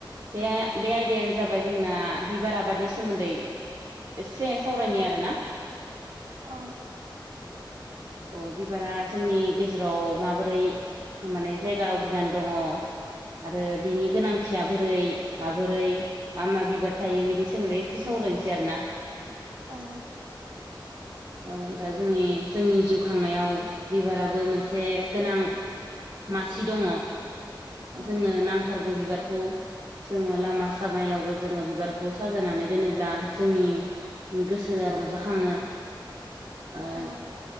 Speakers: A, on the right; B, on the right.
A: बे बे आयदायानो जाबाय जोंना बिबार आबादनि सोमोन्दै एसे सावरायनि आरोना
B: औ
A: अ बिबारा जोंनि गेजेराव माबोरै माने जायगा आवग्रिनानै दङ। आरो बिनि गोनांथिया बोरै माबोरै मा मा बिबार थायो बिनि सोमोन्दै एसे सावरायनोसै आरो ना
B: औ
A: औ दा जोंनि जोंनि जिउ खांनायाव बिबाराबो मोनसे गोनां मासि दङ
B: औ
A: जोंनो नांथारगौ बिबारखौ जोङो लामा सामायावबो जोङो बिबारखौ साजायनानै दोनोब्ला जोंनि गोसोआ रंजाखाङो ओ
B: औ